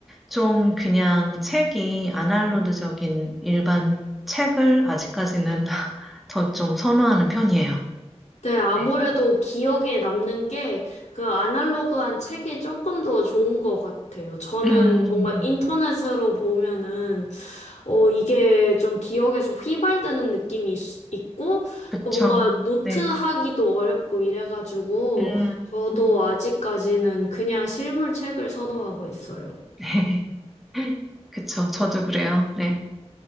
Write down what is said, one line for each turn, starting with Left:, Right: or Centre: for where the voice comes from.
Centre: 좀 그냥 책이 아날로그적인 일반 책을 아직까지는 <laughs> 더 좀 선호하는 편이에요.
Left: 네, 아무래도
Centre: 네.
Left: 기억에 남는 게 그 아날로그한 책이 조금 더 좋은 것 같아요. 저는
Centre: 음,
Left: 뭔가 인터넷으로 보면은, 어, 이게 좀 기억에서 휘발되는 느낌이 있, 있고,
Centre: 그쵸.
Left: 또 뭔가 노트하기도
Centre: 네.
Left: 어렵고 이래가지고,
Centre: 음,
Left: 저도
Centre: 음.
Left: 아직까지는 그냥 실물 책을 선호하고 있어요.
Centre: 네. <laughs> 그쵸. 저도
Left: 네.
Centre: 그래요. 네.